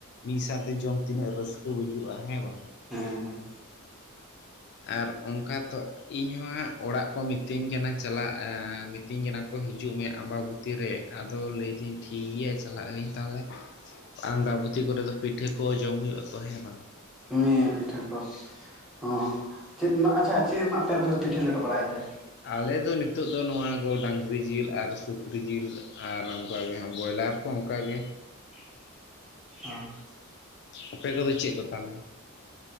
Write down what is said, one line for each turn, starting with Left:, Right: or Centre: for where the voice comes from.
Left: ᱢᱤᱫ ᱥᱟᱶᱛᱮ ᱡᱚᱢ ᱛᱤᱱᱟᱹᱜ ᱨᱟᱹᱥᱠᱟᱹ ᱵᱩᱡᱩᱜᱼᱟ ᱦᱮᱸ ᱵᱟᱝ ᱾
Centre: ᱦᱮᱸᱻᱦᱮᱸᱻ ᱾
Left: ᱟᱨ ᱚᱱᱠᱟ ᱛᱚᱼᱼ ᱤᱧ ᱦᱚᱸᱦᱟᱸᱜ ᱚᱲᱟᱜ ᱠᱚ ᱢᱤᱛᱟᱹᱧ ᱠᱟᱱᱟ ᱪᱟᱞᱟᱜ ᱢᱤᱛᱟᱹᱧ ᱠᱟᱱᱟ ᱠᱚ ᱦᱤᱡᱩᱜ ᱢᱮ ᱟᱢᱵᱟᱵᱩᱼᱼ ᱵᱷᱤᱛᱤᱨ ᱨᱮ ᱟᱫᱚ ᱞᱟᱹᱭᱤᱫᱟᱹᱧ ᱴᱷᱤᱠ ᱜᱮᱭᱟ ᱪᱟᱞᱟᱜ ᱟᱹᱧ ᱛᱟᱦᱚᱞᱮᱼᱼ ᱟᱱᱫᱟ ᱵᱷᱩᱛᱤ ᱠᱚᱨᱮ ᱫᱚ ᱯᱤᱴᱷᱟᱹ ᱠᱚ ᱡᱚᱢ ᱦᱩᱭᱩᱜᱼᱟ ᱛᱚ ᱦᱮᱸ ᱵᱟᱝ ᱾
Centre: ᱱᱮ ᱯᱤᱴᱷᱟᱹ ᱠᱚᱼᱼ ᱦᱚᱸ ᱪᱮᱫ ᱨᱮᱱᱟᱜ ᱟᱪᱷᱟ ᱪᱮᱫ ᱨᱮᱱᱟᱜ ᱟᱯᱮ ᱯᱤᱴᱷᱟᱹ ᱞᱮᱴ ᱵᱟᱲᱟᱭᱟᱯᱮ?
Left: ᱟᱞᱮᱫᱚ ᱱᱤᱛᱚᱜ ᱫᱚ ᱱᱚᱣᱟ ᱠᱚ ᱰᱟᱹᱝᱨᱤ ᱡᱤᱞ ᱟᱨ ᱥᱩᱠᱨᱤ ᱡᱤᱞ ᱟᱨ ᱚᱱᱠᱟᱜᱮ ᱦᱟᱸᱜ ᱵᱚᱭᱞᱟᱨᱼᱼ ᱛᱚ ᱚᱱᱠᱟ ᱜᱮ᱾
Centre: ᱚᱸ ᱾
Left: ᱟᱯᱮ ᱠᱚᱫᱚ ᱪᱮᱫ ᱠᱚ ᱛᱟᱞᱮ?